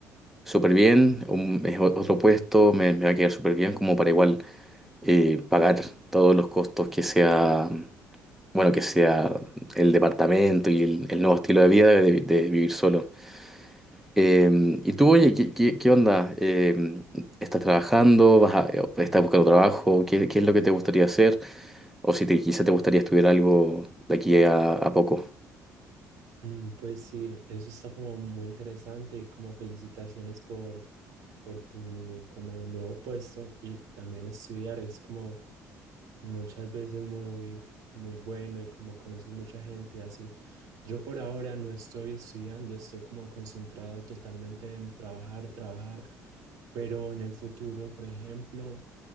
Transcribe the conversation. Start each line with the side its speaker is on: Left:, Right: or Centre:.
Centre: súper bien, un- es o- otro puesto, me, me va a quedar súper bien como para igual eh, pagar todos los costos que sea, bueno, que sea el departamento y el, el nuevo estilo de vida de, de vivir solo. Eh, y tú, oye, ¿qué, qué- qué onda? Eh, ¿estás trabajando? ¿Vas a- eh, estás buscando trabajo? ¿Qué, qué es lo que te gustaría hacer? O si te, quizá te gustaría estudiar algo de aquí a, a poco.
Right: Mm, pues sí, eso está como muy interesante y como felicitaciones por por tu como nuevo puesto y también estudiar es como muchas veces muy, muy bueno y como conoces mucha gente y así. Yo por ahora no estoy estudiando, estoy como concentrado totalmente en trabajar, trabajar, pero en el futuro, por ejemplo,